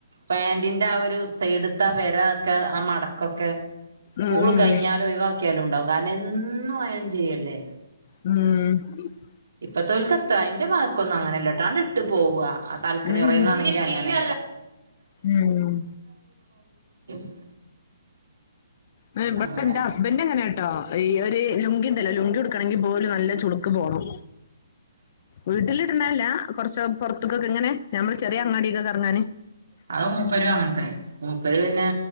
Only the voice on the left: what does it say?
ഉം ഉം
ഉം
ഉം
ഉം
ഉം ഇവിടെ
എന്റെ ഹസ്ബൻഡ് അങ്ങനാട്ടോ ഈ ഒരു ലുങ്കിയുണ്ടല്ലോ ലുങ്കി ഉടുക്കണെങ്കിൽ പോലും നല്ലെ ചുളുക്ക് പോണം വീട്ടിലിടണ കൊറച്ച് പൊറത്തേക്കൊക്കെ ഇങ്ങനെ ഞമ്മടെ ചെറിയ അങ്ങാടിക്കൊന്ന് എറങ്ങാന്